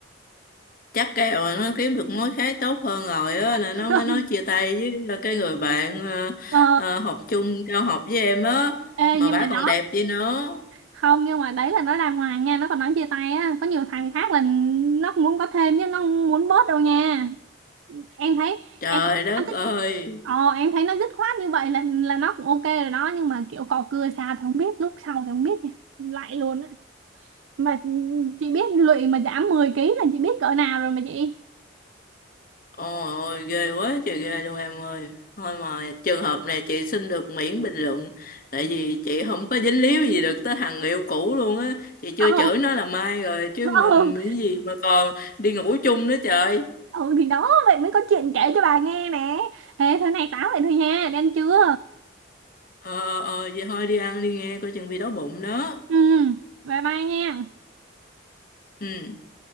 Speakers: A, on the left; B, on the right.
A: chắc cái rồi nó kiếm được mối khác tốt hơn rồi á là
B: <laughs>
A: nó mới nói chia tay với ờ, cái người bạn ờ,
B: ờ
A: ờ, học chung cao học với em á
B: ê
A: mà
B: nhưng
A: bả
B: mà
A: còn
B: nó
A: đẹp vậy nữa
B: không nhưng mà đấy là nó đàng hoàng nha nó còn nói chia tay á có nhiều thằng khác là nó cũng muốn có thêm chứ nó không muốn bớt đâu nha em thấy
A: trời
B: em
A: đất
B: anh thích
A: ơi
B: ờ em thấy nó dứt khoát như vậy là là nó cũng ok rồi đó nhưng mà kiểu cò cưa xa thì không biết lúc sau thì không biết nha lại luôn á mà chị biết lụy mà giảm 10 ký là chị biết cỡ nào rồi mà chị
A: ôi ôi ghê quá trời ghê luôn em ơi thôi mà trường hợp này chị xin được miễn bình luận tại vì chị không có dính líu gì được tới thằng người yêu cũ luôn á chị chưa
B: Ờ
A: chửi nó là mai rồi chứ
B: ừ
A: mà cái gì mà còn đi ngủ chung nữa trời
B: ừ thì đó vậy mới có chuyện kể cho bà nghe nè thế thế này tám vậy thôi nha đi ăn trưa
A: ờ ờ ờ, vậy thôi đi ăn đi nghe coi chừng bị đói bụng đó
B: ừ bye bye nha
A: ừ